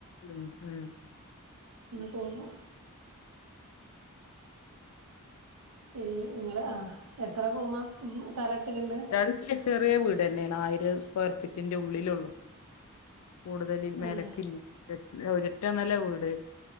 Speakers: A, on the left; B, on the right.
A: ഉം ഉം
B: ഉം തോന്നും ഈ ഇങ്ങള് ആഹ് എത്ര റൂമാ ഉം തറ ഇട്ട്ക്ക്ണത്
A: രണ്ട് ചെറ്യേ വീടെന്നെയാണ് ആയിരം സ്ക്വയർ ഫീറ്റിന്റെ ഉള്ളിലൊള്ളൂ കൂടുതല് മേലക്കില്
B: ആഹ്
A: ര് ഒരറ്റ നല വീ ണ്ട്